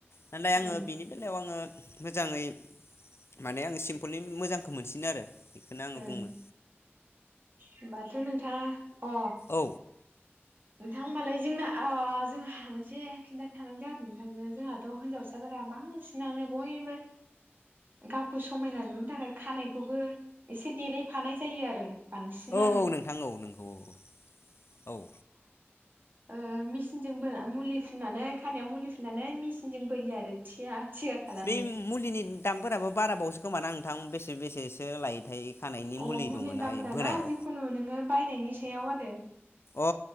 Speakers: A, on the left; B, on the right.
A: नालाय आङो
B: ओं
A: बिनि बेलायाव आङो मोजाङै माने आङो सिम्पोलनि मोजांखौ मोनसिनो आरो बेखौनो आङो
B: ओं
A: बुङो
B: ओमबाथ' नों आ अ
A: औ
B: नोंथां होमबालाय जोंना ओ जोंहा मोनसे खिन्थानो थानांदों आरो नोंथांनो जोंहाथ' हिनजावसाफोरा बांसिनानो बयबो गावखौ समायना नुनो थाखाय खानायखौबो एसे देलायफानाय जायो आरो बांसिनानो
A: औ औ नोंथां औ नोंगौ औ औ औ
B: ओ मेसिनजों मुलि फिन्नानै खानायाव मुलि फिन्नानै मेसिनजों बोयो आरो थिया थिया खालामो
A: बे मुलिनि दामफोराबो बारा बावसो खोमा नोंथां बेसे बेसेसो लायोथाय खानायनि मुलि
B: अ मुलिनि
A: दङना
B: दामफोर
A: बोनायाव
B: ना जिखुनु नोङो बायनायनि सायाव आरो
A: औ